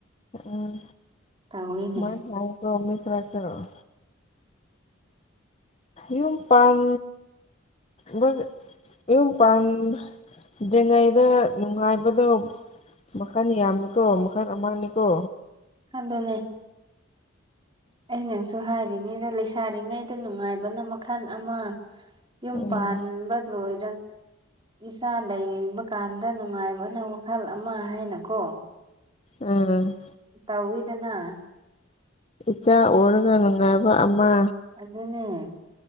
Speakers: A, on the left; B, on the right.
A: ꯎꯝ
B: ꯇꯧꯋꯤꯅꯦ
A: ꯃꯥꯏ ꯍꯥꯏꯀꯣ ꯃꯤ ꯈꯔꯥꯁꯨ ꯌꯨꯝ ꯄꯥꯟ ꯕꯒꯤ ꯌꯨꯝ ꯄꯥꯟ ꯗ꯭ꯔꯤꯉꯩꯗ ꯅꯨꯡꯉꯥꯏꯕꯗꯣ ꯃꯈꯜ ꯌꯥꯝꯃꯤꯀꯣ ꯃꯈꯜ ꯑꯃꯅꯤꯀꯣ
B: ꯍꯟꯗꯂꯩ ꯑꯩꯅꯁꯨ ꯍꯥꯏꯔꯤꯅꯦꯗ ꯂꯩꯁꯥꯔꯤꯉꯩꯗ ꯅꯨꯡꯉꯥꯏꯕꯅ ꯃꯈꯜ ꯑꯃ ꯌꯨꯝꯄꯥꯟꯕ
A: ꯎꯝ
B: ꯂꯣꯏ ꯏꯆꯥ ꯂꯩꯕ ꯀꯥꯟꯗ ꯅꯨꯡꯉꯥꯏꯕꯅ ꯋꯥꯈꯜ ꯑꯃ ꯍꯥꯏꯅꯀꯣ
A: ꯎꯝ
B: ꯇꯧꯋꯦꯗꯅ
A: ꯏꯆꯥ ꯑꯣꯔꯒ ꯅꯨꯡꯉꯥꯏꯕ ꯑꯃ
B: ꯑꯗꯨꯅꯦ